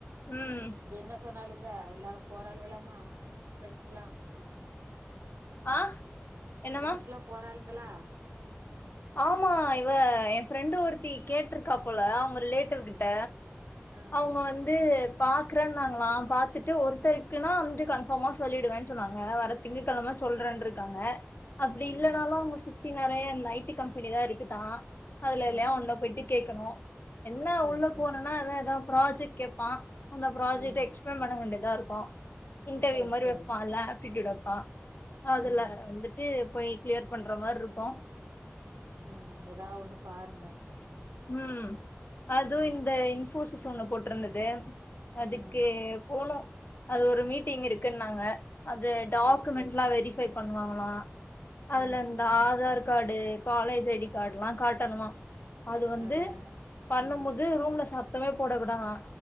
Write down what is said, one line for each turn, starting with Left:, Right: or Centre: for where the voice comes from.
Left: ம்
Right: என்ன சொன்னாலுங்க எல்லாரு போறாள்வலாமா ஃப்ரெண்ட்ஸ்ல்லா
Left: ஆ என்னமா
Right: ஃப்ரெண்ட்ஸ்ல்லா போறாள்ங்களா
Left: ஆமா இவ எ ஃப்ரெண்டு் ஒருத்தி கேட்ருக்கா போல அவங்க ரிலேட் டிவ் கிட்ட
Right: ம் ம்
Left: அவுங்க வந் து பாக்றன்னாங்களா பாத்துட்டு ஒருத்தருக்குன்னா வந்து கன்ஃபாம்மா சொல்லிடுவே சொன்னாங்க வர திங்கக்கெழம சொல்றன்ருக்காங்க அப்டி
Right: ம்
Left: இல்லனாலு
Right: ம்
Left: அவுங்க சுத்தி நறைய இந்த ஐ டி கம்பெனி தா இருக்குதா அதுல
Right: ம்
Left: எல்லையா ஒண்ல போயி்ட்டு கேக்கணு என்ன
Right: சேரி
Left: உள்ள
Right: சேரி
Left: போனுனா அதா எதா ப்ராஜெக்ட் கேப்பா அந்த ப்ராஜெக்ட
Right: ம்
Left: எக்ஸ்பிளைன் பண்ண வேண்டியதா இருக்கோ இன்டர்வியூ
Right: சேரி
Left: மாரி
Right: சேரி
Left: வெப்பான்ல்ல ஆப்ட்டியூட் வப்பா அதுல்ல
Right: ம்
Left: வந்துட்டு போய் கிளியர் பண்ற மார்ருக்கு
Right: ம் எதா ஒண்ணு பாருங்க
Left: ம் அதுவு
Right: ம்
Left: இந்த இன்ஃபோசிஸ் ஒன்னு போட்டிருந்தது அதுக்கு
Right: ம்
Left: போனு அது ஒரு மீட்டிங் இருக்குன்னாங்க அது டாக்குமெண்ட்லா
Right: சேரி சேரி
Left: வெரிஃபை பண்ணுவாங்களா அதுல
Right: ம்
Left: இந்த Aadhaar card college I D card எல்லா காட்டணுமா அது வந்து
Right: அப்டியா
Left: பண்ணும்
Right: ம்
Left: போது ரூம்ல சத்தமே போடக்கூடாதா